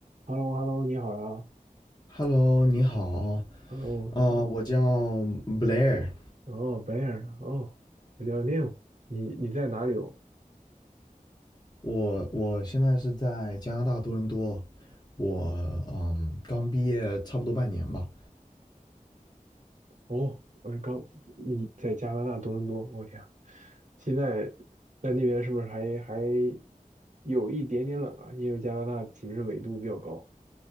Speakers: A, on the right (about 60°); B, on the left (about 30°).
A: h e l l o h e l l o 你好呀
B: Hello，你好，
A: 哦，
B: 呃，我嗯叫 Blair，
A: 哦，白 r 哦，我叫 Neil，你你在哪里哦？
B: 我我现在是在加拿大多伦多，我嗯刚毕业差不多半年吧，
A: 哦，我刚你在加拿大多伦多，我天，现在在那边是不是还还有一点点冷啊？因为加拿大岂不是纬度比较高？